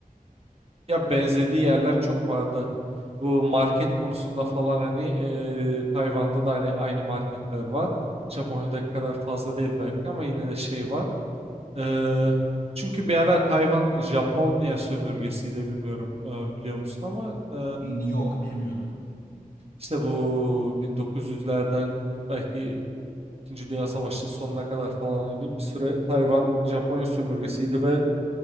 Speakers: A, on the right; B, on the left.
A: benzediği yerler çok vardı. Bu market konusunda falan hani e, Tayvan'da da hani aynı marketler var. Japonya'daki kadar fazla değil belki ama yine de şey var. Ee, çünkü bir ara Tayvan Japonya sömürgesiydi bilmiyorum e, biliyor musun ama e,
B: Hmm, Yok bilmiyordum.
A: İşte bu 1900'lerden belki İkinci Dünya Savaşı'nın sonuna kadar falan hani bir süre Tayvan Japonya sömürgesiydi ve